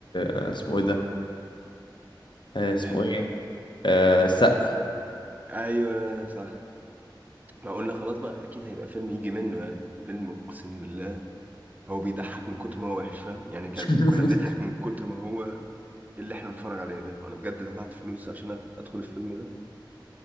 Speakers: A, on the left; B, on the right.
A: آه، اسمه ايه ده آه، اسمه
B: إيه؟
A: ايه آه، السقا
B: ايوه صح ما قلنا خلاص بقى اكيد هيبقى فيلم يجي منه يعني فيلم اقسم بالله هو بيضحك من كتر ما هو وحش فاهم يعني كان
A: <laughs>
B: كنا بنضحك من كتر ما هو إيه اللي احنا بنتفرج عليه ده وانا بجد دفعت فلوس عشان أت- ادخل الفيلم ده